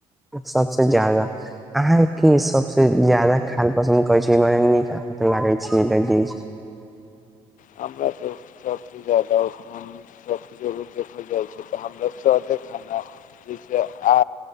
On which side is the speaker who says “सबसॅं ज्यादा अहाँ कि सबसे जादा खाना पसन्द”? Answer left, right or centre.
Centre